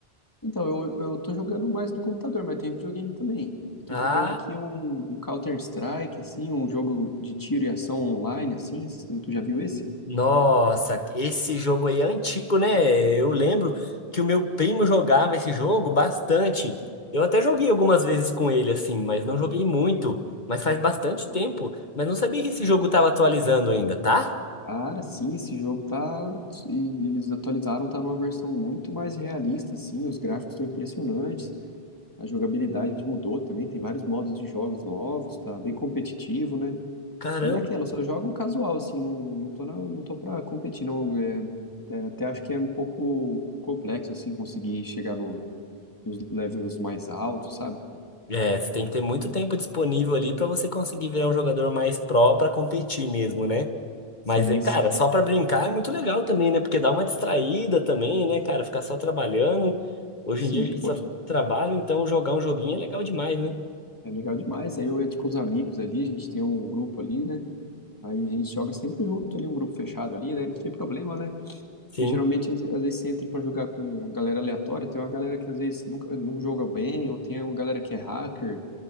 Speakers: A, on the left; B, on the left.
A: Então, eu, eu tô jogando mais no computador, mas tem videogame também. Eu tô
B: Ah,
A: jogando aqui um, um Counter-Strike, assim, um jogo de tiro e ação online, assim, tu, tu já viu esse?
B: nossa, esse jogo aí é antigo, né? Eu lembro que o meu primo jogava esse jogo bastante. Eu até joguei algumas vezes com ele, assim, mas não joguei muito. Mas faz bastante tempo. Mas não sabia que esse jogo tava atualizando ainda, tá?
A: Cara, sim, esse jogo tá. e Eles atualizaram, tá numa versão muito mais realista, assim. Os gráficos estão impressionantes, A jogabilidade mudou também, tem vários modos de jogos novos, tá bem competitivo, né?
B: Caramba.
A: Mas é aquela, eu só jogo casual, assim, não, não tô na, não tô pra competir, não. É, até, até acho que é um pouco complexo, assim, conseguir chegar no- nos levels mais altos, sabe?
B: É, você tem que ter muito tempo disponível ali pra você conseguir virar um jogador mais pró pra competir mesmo, né?
A: Sim,
B: Mas, eh, cara,
A: sim,
B: só pra brincar é muito legal também, né? Porque dá uma distraída também, né, cara? Ficar só trabalhando. Hoje
A: sim,
B: em dia a gente
A: poxa,
B: só trabalha, então jogar um joguinho é legal demais, né?
A: é legal demais. Aí eu entro com os amigos ali, a gente tem um grupo ali, né? Aí a gente joga sempre junto ali, um grupo fechado ali, né? Não tem problema, né?
B: Sim.
A: Porque geralmente, às, às vezes, você entra pra jogar com uma galera aleatória, tem uma galera que às vezes nunca, não joga bem, ou tem uma galera que é hacker.